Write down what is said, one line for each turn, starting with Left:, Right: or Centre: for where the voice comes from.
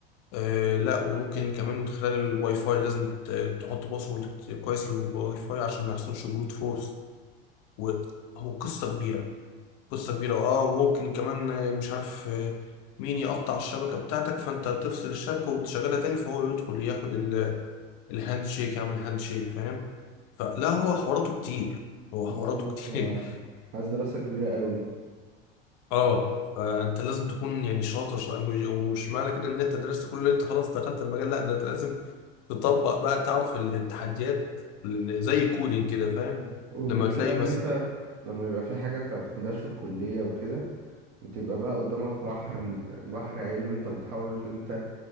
Left: آه لا وممكن كمان من خلال الواي فاي لازم ت- تحط باسورد كويس للواي فاي عشان ما يحصلش بروت فورس، وهو قصة كبيرة. قصة كبيرة اه وممكن كمان آه، مش عارف آه، مين يقطع الشبكة بتاعتك فانت تفصل الشبكة وتشغلها تاني فهو يدخل ياخد ال- الهاند شيك يعمل هاند شيك فاهم فلا هو حواراته كتير هو
Right: بالظبط
Left: حواراته <laughs> كتير
Right: آه. عايز دراسة كبيرة قوي
Left: اه فانت لازم تكون يعني شاطر شا- مش- ومش معنى كده ان انت درست كل اللي انت خلاص دخلت المجال لا ده انت لازم تطبق بقى تعرف التحديات ال- زي الكودينج كده فاهم
Right: مم. والمشكلة
Left: لما تلاقي
Right: ان
Left: مثلا
Right: انت لما يبقى في حاجة انت بتاخدهاش في الكلية وكده بتبقى بقى قدامك بحر بحر علم انت بتحاول ان انت